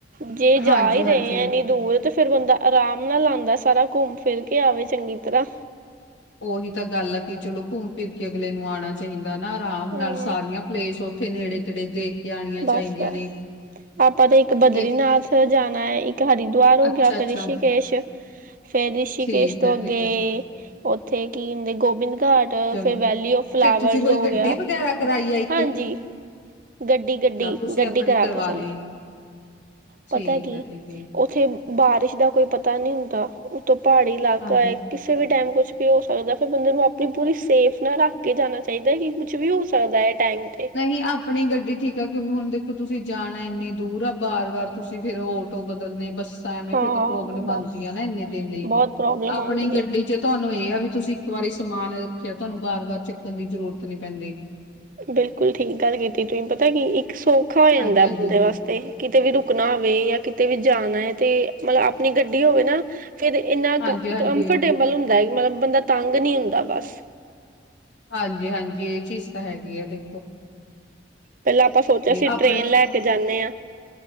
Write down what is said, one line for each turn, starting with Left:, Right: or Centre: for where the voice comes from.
Right: ਜੇ ਜਾ
Left: ਹਾਂਜੀ-ਹਾਂਜੀ।
Right: ਹੀ ਰਹੇ ਹੈ ਇੰਨੀ ਦੂਰ ਤੇ ਫਿਰ ਬੰਦਾ ਆਰਾਮ ਨਾਲ ਆਉਂਦਾ ਸਾਰਾ ਘੁੰਮ ਫਿਰ ਕੇ ਆਵੇ ਚੰਗੀ ਤਰ੍ਹਾਂ
Left: ਉਹੀ ਤਾਂ ਗੱਲ ਆ ਕਿ ਚਲੋ ਘੁੰਮ ਫਿਰ ਕੇ ਅਗਲੇ ਨੂੰ ਆਉਣਾ ਚਾਹੀਦਾ ਨਾ ਆਰਾਮ
Right: ਹਮ
Left: ਨਾਲ ਸਾਰੀਆਂ ਪਲੇਸ ਉੱਥੇ ਨੇੜੇ- ਤੇੜੇ ਦੇਖ ਕੇ ਆਉਣੀਆਂ
Right: ਬਸ
Left: ਚਾਹੀਦੀਆਂ
Right: ਬਸ
Left: ਨੇ
Right: ਆਪਾਂ ਤੇ ਇੱਕ ਬਦਰੀਨਾਥ
Left: ਕਿ
Right: ਜਾਣਾ ਹੈ ਇੱਕ ਹਰਿਦੁਆਰ
Left: ਅੱਛਾ
Right: ਜਾਂ ਫਿਰ
Left: ਅੱਛਾ
Right: ਰਿਸ਼ਕੇਸ਼ ਫੇਰ ਰਿਸ਼ੀਕੇਸ਼
Left: ਠੀਕ
Right: ਤੋਂ
Left: ਹੈ
Right: ਅੱਗੇ,
Left: ਠੀਕ ਹੈ
Right: ਉੱਥੇ ਕੀ ਹੁੰਦੇ ਗੋਬਿੰਦ ਘਾਟ
Left: ਚਲੋ
Right: ਫਿਰ ਵੈਲੀ ਔਫ ਫਲਾਵਰਸ
Left: ਫਿਰ ਤੁਸੀਂ ਕੋਈ
Right: ਹੋ
Left: ਗੱਡੀ
Right: ਗਿਆ
Left: ਵਗੈਰਾ ਕਰਵਾਈ ਆਈ
Right: ਹਾਂਜੀ, ਗੱਡੀ- ਗੱਡੀ,
Left: ਤੁਸੀਂ
Right: ਗੱਡੀ
Left: ਆਪਣੇ
Right: ਕਰਾ
Left: ਕਰਵਾ
Right: ਕੇ ਚੱਲੇ
Left: ਲਈ
Right: ਪਤਾ
Left: ਠੀਕ
Right: ਕੀ
Left: ਹੈ ਠੀਕ ਹੈ
Right: ਉੱਥੇ ਬਾਰਿਸ਼ ਦਾ ਕੋਈ ਪਤਾ ਨਹੀਂ ਹੁੰਦਾ ਉੱਤੋ ਪਹਾੜੀ ਇਲਾਕਾ
Left: ਹਾਂਜੀ
Right: ਏ ਕਿਸੇ ਵੀ ਟਾਈਮ ਕੁਛ ਵੀ ਹੋ ਸਕਦਾ ਫੇਰ ਬੰਦੇ ਨੂੰ ਆਪਣੀ ਪੂਰੀ ਸੇਫਟੀ ਨਾਲ ਰੱਖ ਕੇ ਜਾਣਾ ਚਾਹੀਦਾ ਐ ਕਿ ਕੁਛ ਵੀ ਹੋ ਸਕਦਾ ਐ ਥੈਂਕਿਉ
Left: ਨਹੀਂ ਆਪਣੀ ਗੱਡੀ ਠੀਕ ਆ ਕਿਉਂਕਿ ਹੁਣ ਦੇਖੋ ਤੁਸੀਂ ਜਾਣਾ ਇੰਨੀ ਦੂਰ ਆ ਬਾਰ- ਬਾਰ ਤੁਸੀਂ ਫੇਰ ਉਹ ਤੋਂ ਬਦਲਣੇ ਬੱਸਾਂ ਐਵੇਂ
Right: ਹਾਂ
Left: ਫੇਰ ਤਾਂ ਪ੍ਰੋਬਲਮ
Right: ਬਸ
Left: ਆਂਉਦੀ ਆ ਨਾ ਇੰਨੇ ਦਿਨ ਲਈ,
Right: ਬਹੁਤ ਪ੍ਰੋਬਲਮ
Left: ਆਪਣੀ
Right: ਆਉਂਦੀ
Left: ਗੱਡੀ
Right: ਹੈ
Left: 'ਚ ਤੁਹਾਨੂੰ ਇਹ ਆ ਤੁਸੀਂ ਇੱਕ ਵਾਰ ਸਮਾਨ ਰੱਖਿਆ ਤੁਹਾਨੂੰ ਵਾਰ- ਵਾਰ ਚੱਕਣ ਦੀ ਜ਼ਰੂਰਤ ਨਹੀਂ ਪੈਂਦੀ
Right: ਬਿਲਕੁਲ ਠੀਕ ਗੱਲ ਕੀਤੀ ਤੁਸੀ ਪਤਾ ਕੀ ਇੱਕ ਸੌਖਾ ਹੋ ਜਾਂਦਾ
Left: ਹਾਂਜੀ-ਹਾਂਜੀ।
Right: ਬੰਦੇ ਵਾਸਤੇ ਕਿਤੇ ਵੀ ਰੁਕਣਾ ਹੋਵੇ ਆ ਕਿਤੇ ਵੀ ਜਾਣਾ ਆ ਤੇ ਮਤਲਬ ਆਪਣੀ ਗੱਡੀ ਹੋਵੇ ਨਾ ਫੇਰ ਇੰਨਾ
Left: ਹਾਂਜੀ-ਹਾਂਜੀ,
Right: ਕੰਮਫਰਟੇਬਲ ਹੁੰਦਾ ਮਤਲਬ ਬੰਦਾ ਤੰਗ ਨਹੀਂ ਹੁੰਦਾ ਬਸ
Left: ਹਾਂਜੀ- ਹਾਂਜੀ ਇਹ ਚੀਜ਼ ਤਾਂ ਹੈਗੀ ਆ ਦੇ
Right: ਪਹਿਲਾਂ ਆਪਾਂ ਸੋਚਿਆ ਸੀ
Left: ਆਪਣੇ
Right: ਟ੍ਰੇਨ ਲੈ ਕੇ ਜਾਂਦੇ ਹਾਂ